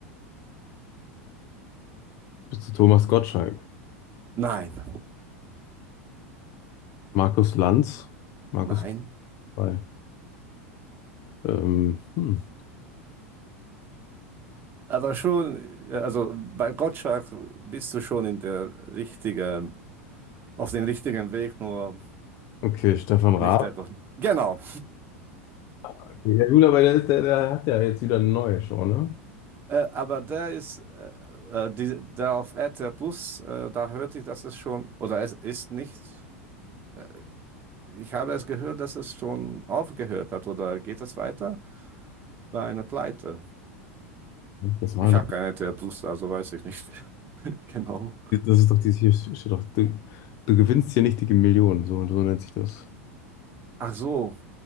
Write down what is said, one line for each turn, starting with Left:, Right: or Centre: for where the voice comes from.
Left: Bist du Thomas Gottschalk?
Right: nein,
Left: Markus Lanz? Markus
Right: nein.
Left: bei. Ähm, hm.
Right: Aber schon, äh, also bei Gottschalk bist du schon in der richtigen, auf dem richtigen Weg, nur
Left: Okay, Stefan Raab.
Right: nicht der Grund. Genau.
Left: Okay, ja gut, aber der, ist- der, der hat ja jetzt wieder eine neue Show, ne?
Right: Äh, aber der ist, äh, äh, die, der auf RTL Plus, äh, da hörte ich, dass es schon, oder es ist nicht, äh, ich habe es gehört, dass es schon aufgehört hat, oder geht es weiter? Bei einer Pleite.
Left: Das war
Right: Ich
Left: doch,
Right: habe kein RTL Plus, also weiß ich nicht. <laughs> Genau.
Left: das ist doch dieses hier, steht doch, du, du gewinnst hier nicht die Millionen, so, so nennt sich das.
Right: Ach so.